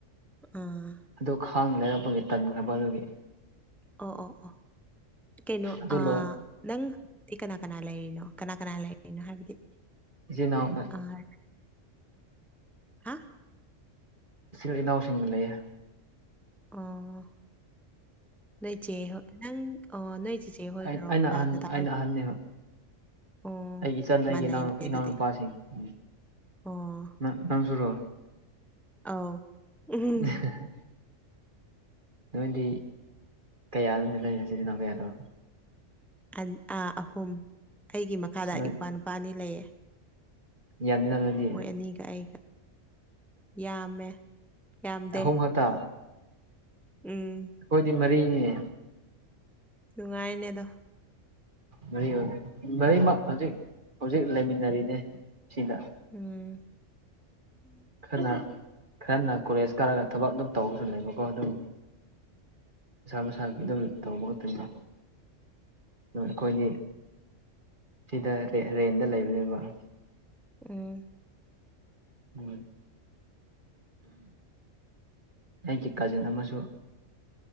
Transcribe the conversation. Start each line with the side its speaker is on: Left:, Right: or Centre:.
Centre: ꯑꯥ
Right: ꯑꯗꯨ ꯈꯥꯡꯅ ꯂꯩꯔꯛꯄꯒꯤ ꯇꯟꯈ꯭ꯔꯕ ꯑꯗꯨꯒꯤ
Centre: ꯑꯣ ꯑꯣ ꯑꯣ ꯀꯩꯅꯣ
Right: ꯑꯗꯨ
Centre: ꯑꯥ
Right: ꯂꯣꯏ
Centre: ꯅꯪ ꯇꯤ ꯀꯅꯥ ꯀꯅꯥ ꯂꯩꯔꯤꯅꯣ ꯀꯅꯥ ꯀꯅꯥ ꯂꯩꯔꯤꯅꯣ ꯍꯥꯏꯕꯗꯤ
Right: ꯏꯆꯦ ꯅꯥꯎꯅ
Centre: ꯑꯍꯟ ꯑꯥ
Right: ꯏꯆꯤꯜ ꯏꯅꯥꯎꯁꯤꯡꯒ ꯂꯩꯌꯦ
Centre: ꯑꯣ ꯅꯣꯏꯆꯦ ꯍꯣ ꯅꯪ ꯑꯣ ꯅꯣꯏ ꯆꯤꯆꯦ ꯍꯣꯏꯒꯔꯣ
Right: ꯑꯩ ꯑꯩꯅ
Centre: ꯀꯅꯥ
Right: ꯑꯍꯟ
Centre: ꯗꯥꯗꯥ
Right: ꯑꯩꯅ
Centre: ꯍꯣꯏ
Right: ꯑꯍꯟꯅꯦꯕ
Centre: ꯑꯣ
Right: ꯑꯩꯒꯤ ꯏꯆꯟ ꯍꯣꯏꯒꯤ
Centre: ꯃꯥꯟꯅꯩꯅꯦ
Right: ꯏꯅꯥꯎ
Centre: ꯑꯗꯨꯗꯤ
Right: ꯏꯅꯥꯎꯅꯨꯄꯥꯁꯤꯡ ꯎꯝ
Centre: ꯑꯣ
Right: ꯅꯪ ꯅꯪꯁꯨꯨꯔꯣ
Centre: ꯑꯧ ꯎꯝ
Right: <unintelligible> ꯅꯣꯏꯗꯤ ꯀꯌꯥꯅꯣꯗꯤ ꯅꯣꯏ ꯅꯆꯤꯟ ꯅꯅꯥꯎ ꯀꯌꯥꯅꯣ
Centre: ꯑꯟ ꯑꯥ ꯑꯍꯨꯝ ꯑꯩꯒꯤ ꯃꯈꯥꯗ
Right: ꯅꯣꯏ
Centre: ꯏꯄ꯭ꯋꯥ ꯅꯨꯄꯥ ꯑꯅꯤ ꯂꯩꯌꯦ
Right: ꯌꯥꯝꯗꯦꯅ ꯑꯗꯨꯗꯤ
Centre: ꯃꯣꯏ ꯑꯅꯤꯒ ꯑꯩꯒ ꯌꯥꯝꯃꯦ ꯌꯥꯝꯗꯦ
Right: ꯑꯍꯨꯝ ꯈꯛꯇ
Centre: ꯎꯝ
Right: ꯑꯩꯈꯣꯏꯗꯤ ꯃꯔꯤꯅꯤꯅꯦ
Centre: ꯅꯨꯡꯉꯥꯏꯕꯅꯦ ꯑꯗꯣ
Right: ꯃꯔꯤ ꯑꯣꯏꯕ ꯃꯔꯤꯃꯛ ꯍꯧꯖꯤꯛ ꯍꯧꯖꯤꯛ ꯂꯩꯃꯤꯟꯅꯔꯤꯅꯦ ꯁꯤꯗ
Centre: ꯎꯝ <inaudible>
Right: ꯈꯔꯅ ꯈꯔꯅ ꯀꯣꯂꯦꯖ ꯀꯥꯔꯂꯒ ꯊꯕꯛ ꯑꯗꯨꯝ ꯇꯧꯕꯁꯨ ꯂꯩꯕꯀꯣ ꯑꯗꯨ ꯃꯁꯥ ꯃꯁꯥꯒꯤ ꯑꯗꯨꯝ ꯇꯧꯕ ꯈꯛꯇꯅꯤꯗ ꯑꯩꯈꯣꯏꯗꯤ ꯁꯤꯗ ꯔꯦꯟꯗ ꯂꯩꯕꯅꯦꯅꯀꯣ
Centre: ꯎꯝ
Right: ꯎꯝ ꯑꯩꯒꯤ ꯀꯥꯖꯤꯟ ꯑꯃꯁꯨ